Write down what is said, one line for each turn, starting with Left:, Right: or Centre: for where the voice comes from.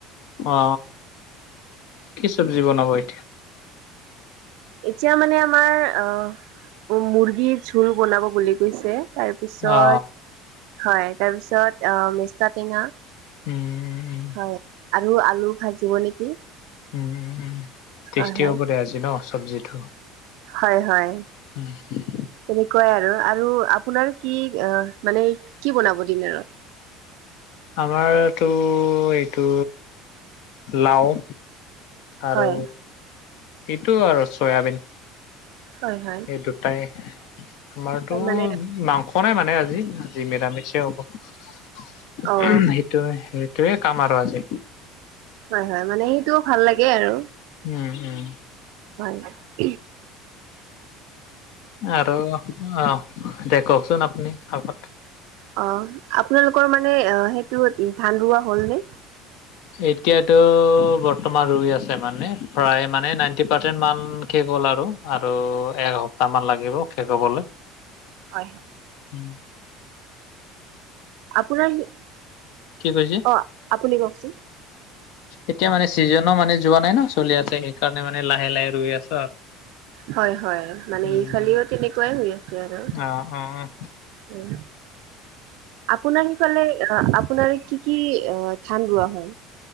Left: অ অ কি চব্জি বনাবই
Right: এতিয়া মানে আমাৰ অ মুৰ্গীৰ ঝোল বনাব বুলি কৈছে তাৰ পিছত
Left: অ
Right: হয় তাৰপিছত আ মেচটা টেঙা
Left: উম
Right: হয় আৰু আলু ভাজিব নেকি
Left: উম টেষ্টি
Right: হয় হয়
Left: হ'ব দে আজি ন চব্জিটো
Right: হয় হয়
Left: উম
Right: তেনেকোৱাই আৰু আৰু আপোনাৰ কি অ মানে কি বনাব দিনাৰত <inaudible>
Left: আমাৰতো এইটো লাও আৰু
Right: হয়
Left: এইটো আৰু চয়াবিন
Right: হয় হয়
Left: এই দুটাই আমাৰতো
Right: মানে
Left: মাংস নাই মানে আজি আজি নিৰামিষে হ'ব উম
Right: অ
Left: সেইটো সেই টোৱে কাম আৰু আজি,
Right: হয় হয় মানে সেইটোও ভাল লাগে আৰু
Left: উম উম
Right: ভাল উম
Left: আৰু অ দে কওকচোন আপুনি আগত
Right: অ আপোনালোকৰ মানে অ সেইটো ধান ৰোৱা হল নে
Left: এতিয়াতো বৰ্তমান ৰুই আছে মানে প্ৰায় মানে নাইনটি পাৰ্চেন্ট মাল শেষ হ'ল আৰু আৰু এসপ্তাহ মান লাগিব শেষ হবলে
Right: হয়
Left: উম
Right: আপোনাৰ সেই
Left: কৈছে
Right: অ আপুনি কওকচোন
Left: এতিয়া মানে ছিজনো মানে যোৱা নাই ন চলি আছে সেইকাৰণে মানে লাহে লাহে ৰুই আছে
Right: হয় হয় মানে
Left: উম
Right: এইফালেও তেনেকোৱাই হৈ আছে আৰু
Left: অ অ
Right: উম আপোনাৰ সিফালে অ আপোনাৰ কি কি অ ধান ৰোৱা হয়